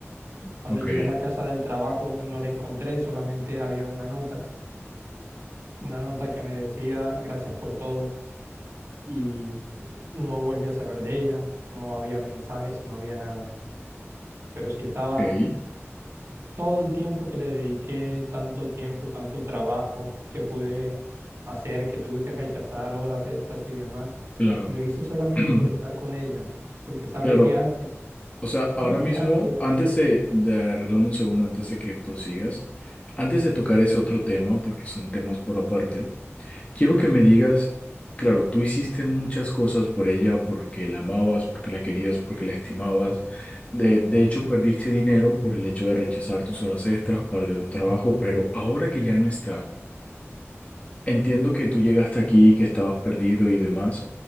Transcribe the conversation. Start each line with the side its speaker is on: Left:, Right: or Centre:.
Right: Cuando
Left: Ok,
Right: llegué a la casa del trabajo no la encontré, solamente había una nota, una nota que me decía gracias por todo y no volví a saber de ella, no había mensajes, no había nada, pero sí estaba
Left: ok,
Right: todo el tiempo que le dediqué, tanto tiempo, tanto trabajo que pude hacer, que tuve que rechazar horas extras y demás.
Left: claro.
Right: Y lo hice solamente
Left: <clears throat>
Right: por estar con ella, porque sabe
Left: Claro,
Right: que antes,
Left: O sea, ahora
Right: sabe que
Left: mismo,
Right: antes
Left: antes de, de arreglarme un segundo, antes de que prosigas, antes de tocar ese otro tema, porque son temas por aparte, quiero que me digas, claro, tú hiciste muchas cosas por ella, porque la amabas, porque la querías, porque la estimabas. De, de hecho, perdiste dinero por el hecho de rechazar tus horas extras, parte de tu trabajo, pero ahora que ya no está, entiendo que tú llegaste aquí, que estabas perdido y demás,